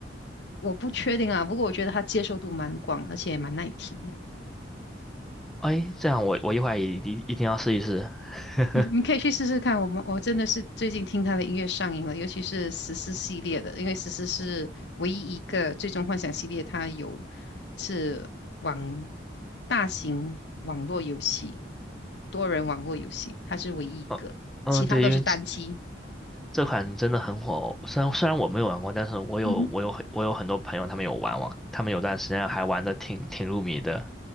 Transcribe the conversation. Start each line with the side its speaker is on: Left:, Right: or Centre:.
Left: 我不确定啊，不过我觉得它接受度蛮广，而且也蛮耐听的。
Centre: 哎，这样我我一会儿一一一定要试一试。<laughs>
Left: 嗯，你可以去试试看。我们我真的是最近听他的音乐上瘾了，尤其是十四系列的，因为十四是唯一一个最终幻想系列，它有是网大型网络游戏，多人网络游戏，它是唯一一个，
Centre: 哦，嗯，
Left: 其他都是单机。
Centre: 对，因为这款真的很火哦，虽然虽然我没有玩过，但是我有我有我有很多朋友他们有玩玩，
Left: 嗯哼，
Centre: 他们有段时间还玩的挺挺入迷的。